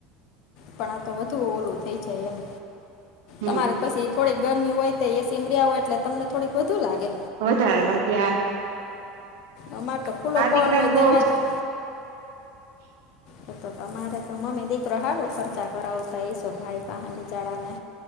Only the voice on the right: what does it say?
હમ
વધારે લાગે હા
દીકરાને
બહુ